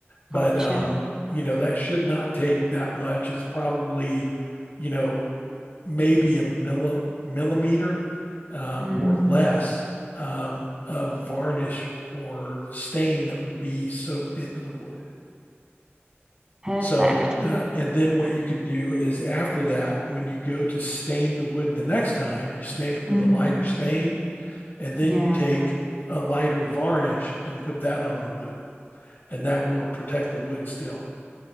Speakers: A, on the left (about 50°); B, on the right (about 20°).
A: but
B: gotcha.
A: um, you know that should not take that much. It's probably you know maybe a milli- millimeter um,
B: Mm,
A: or less um, of varnish or stain that would be soaked into the wood.
B: perfect.
A: So,
B: Be
A: uh, and then what you could do is after that, when you go to stain the wood the next time, you stain it with
B: mm,
A: a lighter stain, and then
B: yeah.
A: you take a lighter varnish and put that on the wood, and that will protect the wood still.